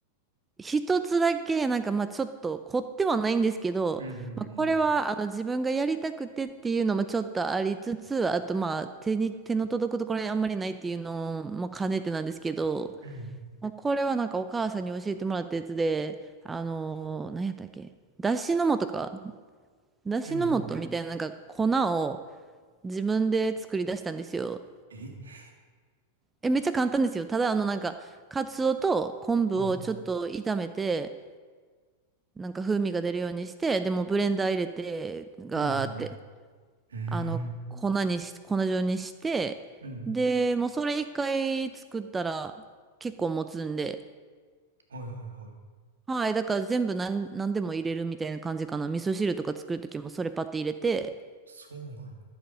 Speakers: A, on the right; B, on the right.
A: 一つだけ、なんか、まあ、ちょっと凝ってはないんですけど、
B: うんうんうん。
A: まあ、これは、あの、自分がやりたくてっていうのもちょっとありつつ、あと、まあ、手に、手の届くところにあんまりないっていうのも兼ねてなんですけど、
B: うん
A: まあ、これはなんかお母さんに教えてもらったやつで、あのー、何やったっけだしの素か。だしの素とみたいななんか粉を
B: うんうん。
A: 自分で作り出したんですよ。
B: え
A: え、めっちゃ簡単ですよ。ただあのなんか、カツオと昆布をちょっと炒めて、
B: はい。
A: なんか風味が出るようにして、でもブレンダー入れて、ガーって、
B: うんうん。
A: あの、
B: うーん。
A: 粉にし、粉状にして、
B: うん。
A: で、もうそれ一回作ったら結構持つんで、
B: はいはいはい。
A: はい。だから全部なん何でも入れるみたいな感じかな。味噌汁とか作るときもそれパッて入れて。
B: そうなん